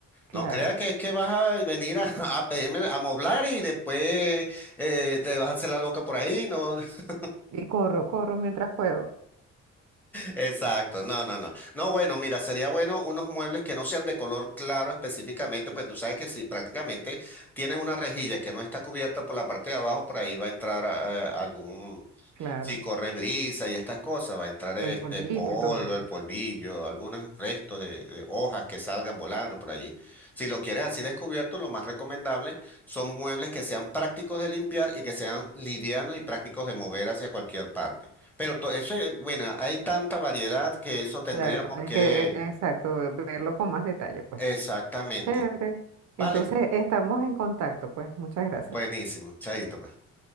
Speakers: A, on the right (about 65°); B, in the centre.
A: Claro.
B: No crea que es que vas a venir a, <laughs> a pedirme a moblar y después eh, te vas a hacer la loca por ahí, ¿no? <laughs>
A: Y corro, corro mientras puedo.
B: Exacto, no, no, no. No, bueno, mira, sería bueno unos muebles que no sean de color claro específicamente, pues tú sabes que si prácticamente tienes una rejilla que no está cubierta por la parte de abajo, por ahí va a entrar eh, algún,
A: Claro.
B: Si corre brisa y estas cosas, va a entrar
A: Y
B: este
A: el polvito
B: polvo,
A: y todo eso.
B: el polvillo, algunos restos de, de hojas que salgan volando por allí. Si lo quieres así descubierto, lo más recomendable son muebles que sean prácticos de limpiar y que sean livianos y prácticos de mover hacia cualquier parte. Pero to- eso, es- bueno, hay tanta variedad que eso tendríamos
A: Claro. Hay
B: que...
A: que, eh, exacto, verlo con más detalle, pues.
B: Exactamente.
A: Chévere.
B: Vale,
A: Entonces, estamos en contacto, pues. Muchas gracias.
B: buenísimo. Chaito. pues.